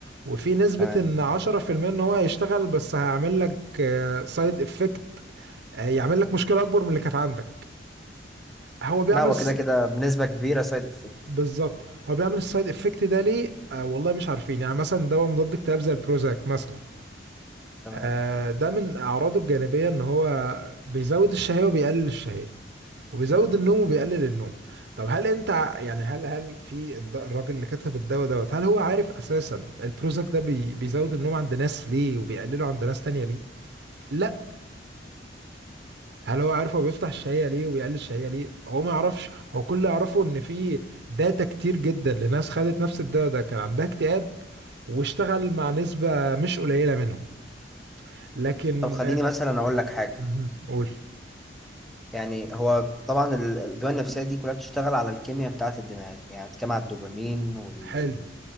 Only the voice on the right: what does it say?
وفي نسبة
ان 10% ان هو هيشتغل بس هيعمل لك سايد افكت يعمل لك مشكلة أكبر من اللي كانت عندك هو بيعمل
الس-
بالظبط هو بيعمل السايد افكت ده ليه آه والله مش عارفين يعني مثلا دواء مضاد اكتئاب زي البروزاك مثلا
آه، ده من أعراضه الجانبية إن هو بيزود الشهية وبيقلل الشهية وبيزود النوم وبيقلل النوم طب هل أنت ع- يعني هل هل في الد- الراجل اللي كتب الدواء دوت هل هو عارف أساسا البروزاك ده بي بيزود النوم عند ناس ليه وبيقلله عند ناس تانية ليه؟ لا هل هو عارف هو بيفتح الشهية ليه وبيقلل الشهية ليه؟ هو ما يعرفش هو كل اللي يعرفه إن في داتا كتير جدا لناس خدت نفس الدواء ده كان عندها اكتئاب واشتغل مع نسبة مش قليلة منهم لكن
مهم. قول
حلو